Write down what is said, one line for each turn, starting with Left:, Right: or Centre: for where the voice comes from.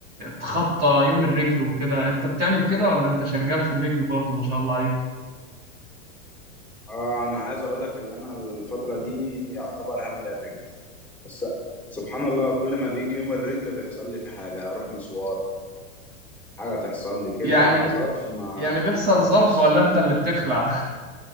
Right: تخطى يوم الرجل وكده انت بتعمل كده ولا انت شغال في الرجل برضه ما شاء الله عليك
Centre: اه انا عايز اقول لك ان انا الفتره دي يعتبر هامل الرجل بس سبحان الله كل ما بيجي يوم الرجل بيحصل لي في حاجه اروح مشوار حاجه تحصل لي كده
Right: يعني
Centre: ظرف ما
Right: يعني بيحصل
Centre: ما اروحش
Right: ظرف ولا انت اللي بتخلع